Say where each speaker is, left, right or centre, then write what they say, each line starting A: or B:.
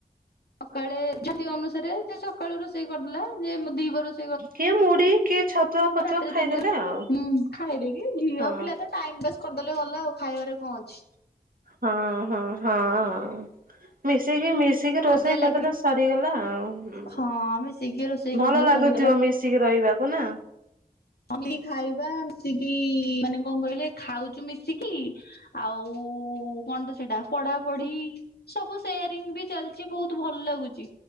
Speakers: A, on the left; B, on the right.
A: ସକାଳେ ଛାତି ଅନୁସାରେ ଯେ ସକାଳୁ ରୋଷେଇ କରିଦେଲା ଯେ ଦିିପହର ରୋଶେଇ
B: କିଏ ମୁଢି କିଏ ଛତୁଆ ଫତୁଆ
A: ରାତିରେ
B: ଖାଇଦେଲେ
A: ତିନି
B: ଆଉ।
A: ଜଣଖାଇ ଦେଇକିଝିଅପିଲା
B: ହଁ।
A: ତ ଟାଇମ୍ ପାସ୍ କରିଦେଲେ ଗଲା ଆଉ ଖାଇବାରେ କଣ ଅଛି।
B: ହଁ ହଁ ହଁ ହଁ ମିଶିକି ମିଶିକି
A: ମଜା
B: ରୋଷେଇ
A: ଲାଗେ
B: କରିଦେଲେ ସରିଗଲା। ଆଉ
A: ହଁ ମିଶିକି ରୋଷେଇ କରିଦେଲେ
B: ଭଲ ଲାଗୁଥିବ
A: ସରିଗଲା।
B: ମିଶିକି ରହିବାକୁ ନା?
A: <unintelligible> ଖାଇବା ମିଶିକି ମାନେ କଣ କହିଲେ ଖାଉଚୁ ମିଶିକି ଆଉ କଣ ତ ସେଇଟା ପଢାପଢି ସବୁ ସେୟାରିଙ୍ଗ ବି ଚାଲିଚି ବୋହୁତ ଭଲ ଲାଗୁଚି